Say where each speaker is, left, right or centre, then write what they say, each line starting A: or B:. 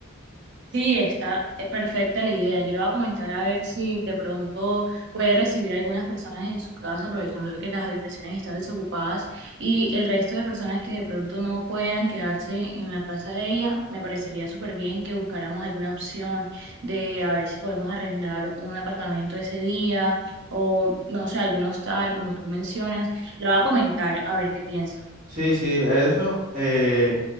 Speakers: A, on the right; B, on the right.
A: Sí, está eh, perfecta la idea. Yo le voy a comentar a ver si de pronto puede recibir a algunas personas en su casa, aprovechando que las habitaciones están desocupadas y el resto de personas que de pronto no puedan quedarse en la casa de ella, me parecería súper bien que buscáramos alguna opción de a ver si podemos arrendar un apartamento ese día o no sé, algún hostal, como tú mencionas. Le voy a comentar a ver qué piensa.
B: Sí, sí, eso. eh,